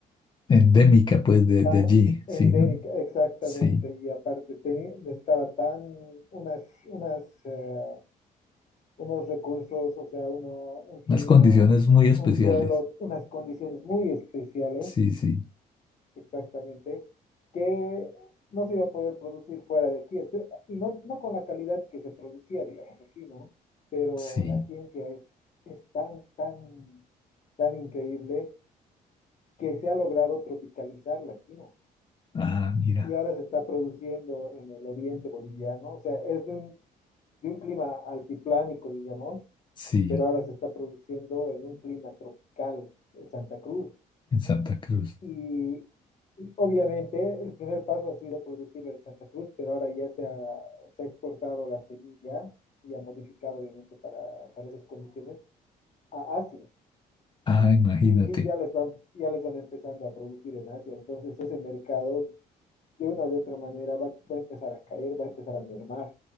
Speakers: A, on the left; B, on the left.
A: endémica, pues, de,
B: tan
A: de allí,
B: endémica,
A: sí, ¿no?
B: exactamente,
A: Sí,
B: y aparte tenía, necesitaba tan unas, unas, eh, unos recursos, o sea, uno, un clima,
A: unas condiciones muy especiales.
B: un suelo, unas condiciones muy especiales,
A: Sí, sí,
B: exactamente, que no se iba a poder producir fuera de aquí, Espe- y no, no con la calidad que se producía, digamos, aquí, ¿no? Pero
A: sí.
B: la ciencia es, es tan, tan, tan increíble que se ha logrado tropicalizarla aquí, ¿no?
A: Ah, mira,
B: Y ahora se está produciendo en el oriente boliviano, o sea, es de un, de un clima altiplánico, digamos,
A: sí,
B: pero ahora se está produciendo en un clima tropical en Santa Cruz.
A: en Santa Cruz.
B: Y, y obviamente el primer paso ha sido producirlo en Santa Cruz, pero ahora ya se ha, se ha exportado la semilla y ha modificado obviamente para, para esas condiciones a Asia.
A: Ah, imagínate.
B: Y ya lo están, ya lo están empezando a producir en Asia. Entonces ese mercado de una u otra manera va, va a empezar a caer, va a empezar a mermar